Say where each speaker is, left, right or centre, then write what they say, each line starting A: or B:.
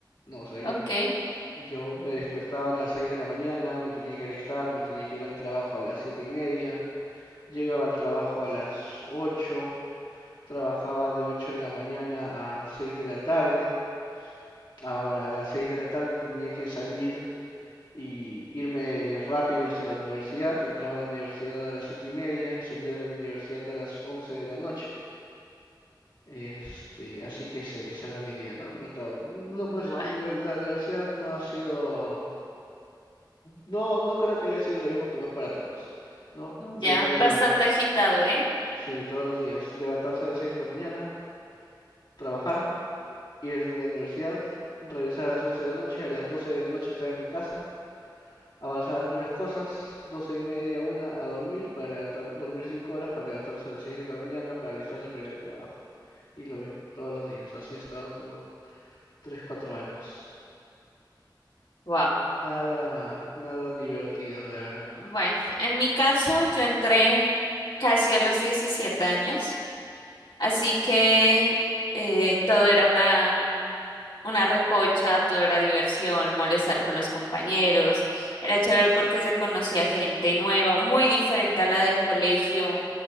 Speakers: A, on the left (about 65°); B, on the left (about 80°).
A: No, o sea, yo,
B: Ok,
A: yo me despertaba a las 6 de la mañana, me tenía que alistar, me tenía que ir al trabajo a las siete y media, llegaba al trabajo a las 8. Trabajaba de 8 de la mañana a 6 de la tarde. Ahora a las 6 de la tarde tenía que salir y irme rápido hacia la universidad. Entraba a la universidad a las 7 y media y salía de la universidad a las 11 de la noche. Este, así que ese, ese era mi día, ¿no? No, me tra- no
B: bueno,
A: puedo decir, la, univer- la universidad no ha sido... No, no creo que haya sido lo mismo como es para todos, ¿no? Y
B: ya,
A: era mi
B: bastante
A: día,
B: agitado, ¿eh?
A: sí, todos los días. Levantarse a las 6 de la mañana, trabajar, ir a la universidad, regresar a las 11 de la noche, a las 12 de la noche estar en mi casa, avanzar algunas cosas, 12 y media, una a dormir, para levantar, dormir 5 horas, para levantarse a las 6 de la mañana, para alistarse para ir al trabajo. Y lo mismo todos los días, así he estado como 3 4 años.
B: Wow,
A: Nada, nada divertido, la verdad.
B: Bueno, en mi caso yo entré casi a los 17 años, así que eh, todo era una, una recocha, todo era diversión, molestar con los compañeros, era chévere porque se conocía gente nueva, muy diferente a la del colegio,